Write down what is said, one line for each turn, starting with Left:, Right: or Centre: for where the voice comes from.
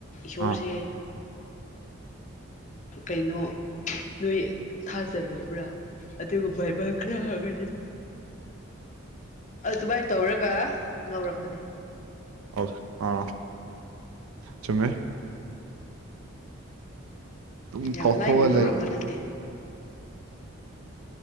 Left: ꯏꯁꯣꯔꯁꯦ
Right: ꯑꯥ
Left: ꯀꯩꯅꯣ ꯅꯣꯏ ꯊꯥꯖꯔꯕ꯭ꯔꯥ ꯑꯗꯨꯒ ꯕꯥꯏꯕꯜ ꯈꯔ ꯍꯪꯒꯅꯤ ꯑꯗꯨꯃꯥꯏꯅ ꯇꯧꯔꯒ ꯂꯧꯔꯛꯄꯅꯦ
Right: ꯑꯣ ꯑꯥ ꯆꯨꯝꯃꯦ ꯑꯗꯨꯝ
Left: ꯌꯥꯝ
Right: ꯀꯥꯎꯊꯣꯛꯑ
Left: ꯂꯥꯏꯅ ꯂꯧꯔꯛꯄ
Right: ꯂꯩ
Left: ꯅꯠꯇꯦ